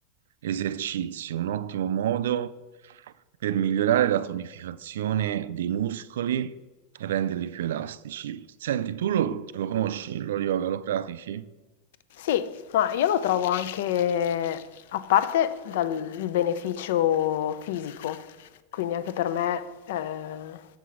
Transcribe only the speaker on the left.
Sì, ma io lo trovo anche, a parte dal il beneficio fisico, quindi anche per me, eh,